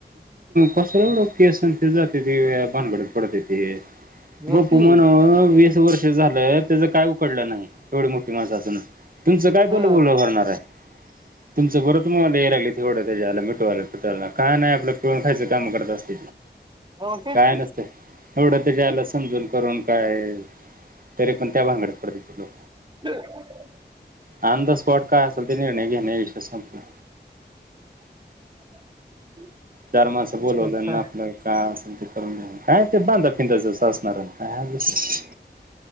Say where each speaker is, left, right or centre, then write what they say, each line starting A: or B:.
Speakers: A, on the right (about 50°); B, on the right (about 25°).
A: कस केस जात त भानगडत पडते ते
B: बघ
A: बपू
B: की
A: म्हन व वर्ष झालंय त्याच काय उकडलं नाही एवढी मोठी माणसा असून तुमचं काय बोल
B: हा
A: बोल होरणार आहे तुमचं बरं तुम्हाला यायला लागले तेवडं त्याच्याला मिटवायला फीटवायला काय नाही आप पळून खायं काम करत
B: हो तेच
A: काय
B: की
A: नसते एवढं त्याच्याला समजून करून काय तरी पण त्या भांगड्यात पडते ते लोक
B: <inaudible>
A: ऑन द स्पॉट काय असेल ते निर्णय घेणे विषय संपलं
B: <unintelligible>
A: चार मानस बोलवलंना
B: काय
A: आपल्या काय असेल ते करून घ्या काय ते बांधा फिस असणार नाही कायस